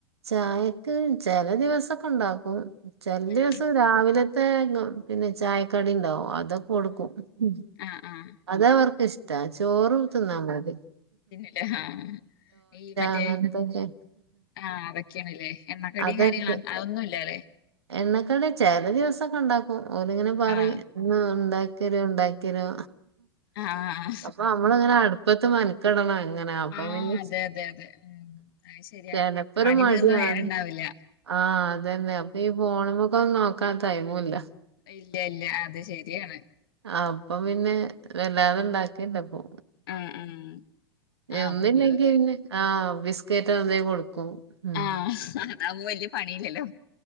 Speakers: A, on the right (about 80°); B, on the left (about 60°).
A: ചായക്ക് ചെല ദിവസൊക്കെ ഇണ്ടാക്കും ചെല ദിവസം
B: ആഹ്
A: രാവിലത്തെ ങ്ങ പിന്നെ ചായക്കടി ഇണ്ടാവും അത് അതൊക്കെ കൊടുക്കും ഉം
B: ആഹ് ആഹ്
A: അത് അവർക്ക് ഇഷ് ടാ ചോറ് തിന്നാം പൂതി.
B: ക്കെ ആഹ് ഈ മറ്റേ
A: അങ്ങനത്തൊക്കെ
B: ആഹ് അതൊക്കെയാണ്ലെ എണ്ണക്കടിയും
A: അതൊക്കെ
B: കാര്യങ്ങളും അതൊന്നും ഇല്ലലെ?
A: എണ്ണക്കടി ചെല ദിവസൊക്കെ ഇണ്ടാക്കും ഓല് ഇങ്ങനെ പറിം
B: ആഹ്
A: ഇന്ന്‌ ഇണ്ടാക്കിയെരോ ഇണ്ടാ ക്കരോ?
B: ആഹ്
A: അപ്പൊ നമ്മളിങ്ങനെ അട്പ്പത്ത് മനക്കടണം എങ്ങനെ അപ്പൊ
B: ആഹ്
A: പിന്നെ
B: അതെ അതെ അതെ ഉം അത് ശരിയാ
A: ചെലപ്പ ഒരു
B: പണി
A: മടിയാണ്
B: തീർന്ന നേരണ്ടാവില്ല
A: ആഹ് അതന്നെ അപ്പ
B: നിക്കുമ്പോ
A: ഈ പോ ഫോണിന്മേക്കൊന്നും നോക്കാൻ ടൈമൂല്ല.
B: ഇല്ല ഇല്ല അത് ശെരിയാണ്.
A: അപ്പ പിന്നെ വല്ലാതെ ഇണ്ടാക്ക
B: ഉം
A: ഇല്ല ഇപ്പോ.
B: ആഹ് ആഹ് ആഹ്
A: ഒന്നില്ലെങ്കി
B: കുട്ടികള്
A: പിന്നെ ആ ബിസ്ക്കേറ്റ് എന്തേ കൊടുക്കും. ഉം
B: ആഹ് അതാവുമ്പോ വെല്ല്യ പണിയില്ലല്ലോ?